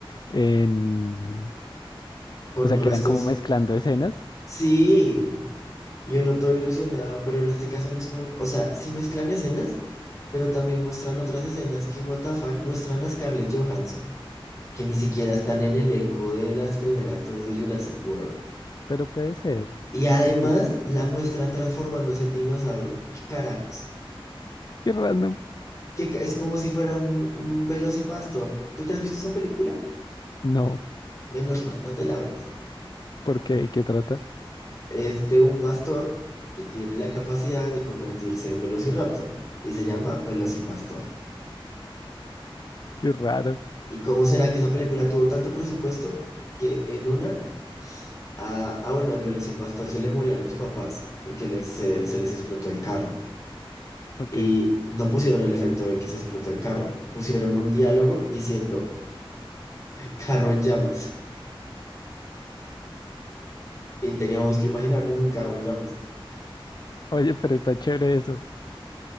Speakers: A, on the left; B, on the left.
A: en...
B: con
A: O sea,
B: restos,
A: que eran como mezclando escenas,
B: sí, yo no estoy ilusionado, pero en este caso no es como, o sea, sí mezclan escenas, pero también muestran otras escenas que, what the fuck, muestran a Scarlett Johansson, que ni siquiera están en el elenco de las primeras dos de Jurassic World,
A: pero puede ser.
B: y además
A: Hay veces...
B: la muestran transformándose en dinosaurio, ¿qué carajos?
A: Qué random.
B: Que es como si fuera un, un velocipastor, ¿tú te has visto esa película?
A: No,
B: Menos mal, no te la veas.
A: ¿por qué? ¿Qué trata?
B: Es de un pastor que tiene la capacidad de convertirse en Velociraptor y se llama Velocipastor.
A: Qué raro.
B: ¿Y cómo será que esa película tuvo tanto presupuesto que en una, ah, ah, bueno, al Velocipastor se le murieron los papás porque les, se, se les explotó el carro?
A: Ok.
B: Y no pusieron el efecto de que se explotó el carro, pusieron un diálogo diciendo carro en llamas. Y teníamos que imaginarnos un carro en llamas.
A: Oye, pero está chévere eso.